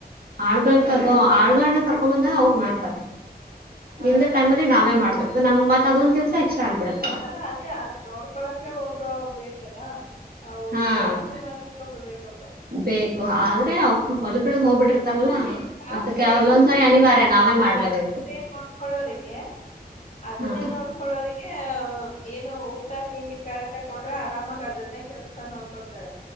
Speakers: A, on the right; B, on the left.
A: ಆಳಗಳ
B: ಹಾ
A: ತಗೋ ಆಳಗಳನ್ ಕರ್ಕೊ ಬಂದಾಗ ಅವ್ರ ಮಾಡ್ತಾರೆ.
B: ಹಾ
A: ಇಲ್ದ ಟೈಮಲ್ಲಿ ನಾವ
B: ಅದೇ
A: ಮಾಡಬೇಕ ನಮ್ತ್ ಅದೊಂದ ಕೆಲಸ ಎಕ್ಸ್ಟ್ರ ಆಗ್ಬಿಡತ್ತ.
B: ಅಲ್ಲ ಅದೇ ಅದ್ ನೋಡ್ಕೊಳಕೆ ಒಬ್ರು ಬೇಕಲ್ ಅವ್ರ
A: ಹಾ
B: ಚಾಕ್ರರಿ ಮಾಡಕ್. ಕ್ಯಾಮೆರಾ ಬೇಕಪ್ಪಾ.
A: ಬೇಕು ಆದ್ರೆ ಅವ ಹೊಲಗಡೆ ಹೋಗ್ಬಿಟ್ಟಿರ್ತಾರಲ್ಲ. ಮತ್ತೆ
B: ಆದ್ರೂ
A: ಕೆಲವೊಂದ್ಸರಿ
B: ಹೆಂಗಂದ್ರೆ
A: ಅನಿವಾರ್ಯ
B: ಇಡೀ ದಿನ
A: ನಾವೇ
B: ಅವ್ರಿಗೆ
A: ಮಾಡ್ಲೇಬೇಕು
B: ಅದ್ರದ್ದೇ ನೋಡ್. ಕಳೋರಿಗೆ ಅದನ್ನೇ
A: ಹಾ
B: ನೋಡ್ಕೊಳ್ಳೋರಿಗೆ ಏನು ಊಟ ತಿಂಡಿ. ಕರೆಕ್ಟಾಗ್ ಕೊಡ್ರೆ ಆರಾಮಾಗ್ ಅದನ್ನೇ ಕೆಲ್ಸ ನೋಡ್ಕೊಳ್ತಾರೆ